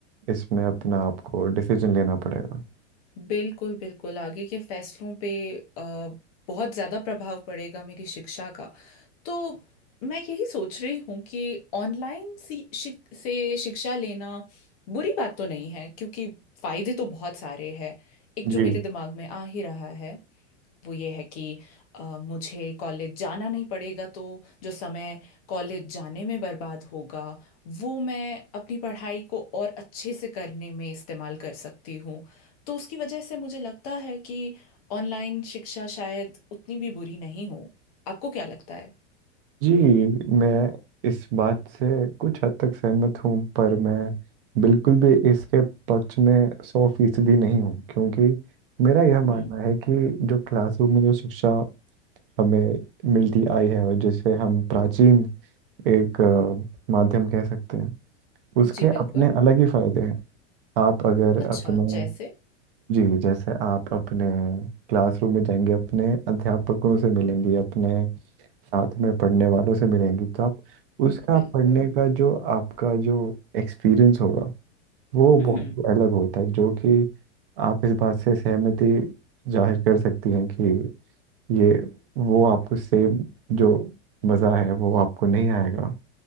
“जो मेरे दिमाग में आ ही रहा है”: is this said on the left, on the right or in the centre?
Left